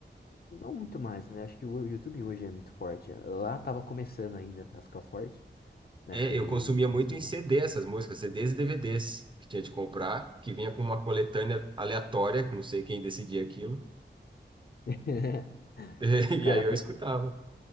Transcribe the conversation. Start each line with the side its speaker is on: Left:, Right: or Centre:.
Left: não muito mais, né? Acho que o YouTube hoje é muito forte. Lá tava começando ainda a ficar forte, na
Right: É,
Left: época de
Right: eu consumia muito
Left: 2009.
Right: em CD essas músicas, CDs e DVDs que tinha de comprar, que vinha com uma coletânea aleatória, que não sei quem decidia aquilo,
Left: <laughs>
Right: <laughs> e
Left: O cara,
Right: aí eu
Left: fa-
Right: escutava.